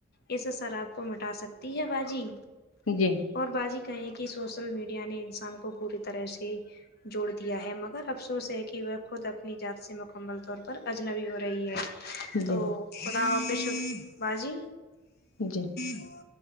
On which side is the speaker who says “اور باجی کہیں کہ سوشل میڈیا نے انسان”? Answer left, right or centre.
Left